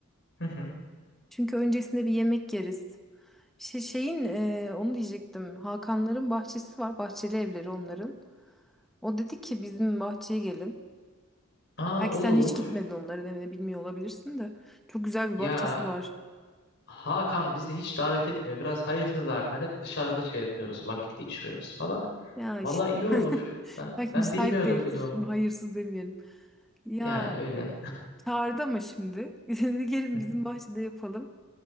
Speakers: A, on the left; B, in the centre.
A: Hı hı.
B: Çünkü öncesinde bir yemek yeriz. Şey, şeyin e, onu diyecektim. Hakanların bahçesi var. Bahçeli evleri onların. O dedi ki bizim bahçeye gelin.
A: Aa
B: Belki
A: olur.
B: sen hiç gitmedin onların evine bilmiyor olabilirsin de. Çok güzel bir
A: Ya
B: bahçesi var.
A: Hakan bizi hiç davet etmiyor. Biraz hayırsız Hakan. Hep dışarıda şey yapıyoruz. Vakit geçiriyoruz falan.
B: Ya
A: Valla
B: işte.
A: iyi olur.
B: <laughs>
A: Ben
B: Belki
A: ben
B: müsait
A: bilmiyordum
B: değildir.
A: bile onu.
B: Şimdi hayırsız demeyelim. Ya
A: Yani öyle.
B: çağırdı ama şimdi. <laughs> Dedi gelin
A: Hı hı,
B: bizim bahçede yapalım.